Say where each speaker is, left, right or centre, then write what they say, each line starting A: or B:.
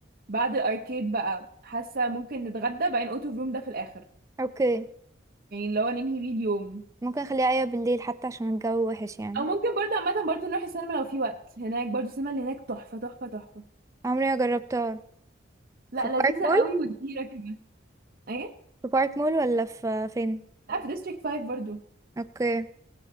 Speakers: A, on the right; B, on the right.
A: بعد الاركيد بقى حاسه ممكن نتغدى بعدين اوت اوف روم ده في الاخر
B: اوكي
A: يعني اللي هو ننهي بيه اليوم
B: ممكن اخليها ايوه بالليل حتى عشان الجو وحش يعني
A: او ممكن برضه عامه برضه نروح السينما لو في وقت هناك برضه السينما اللي هناك تحفه تحفه تحفه
B: عمري ما جربتها
A: لا
B: في بارك
A: لذيذه
B: مول
A: قوي وكبيره كمان ايه
B: في بارك مول ولا في فين
A: لا في ديستريكت 5 برضه
B: اوكي